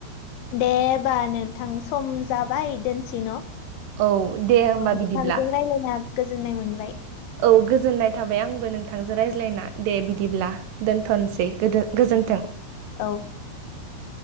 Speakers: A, on the left; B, on the right.
A: दे होमबा नोंथां सम जाबाय दोनसै न' ।
B: औ दे होमबा
A: ओ नोंथांजों
B: बिदिब्ला
A: रायलायना गोजोननाय मोनबाय ।
B: औ गोजोननाय थाबाय आंबो नोंथांजों रायज्लायना दे बिदिब्ला दोनथ'नोसै गोदो गोजोन्थों ।
A: औ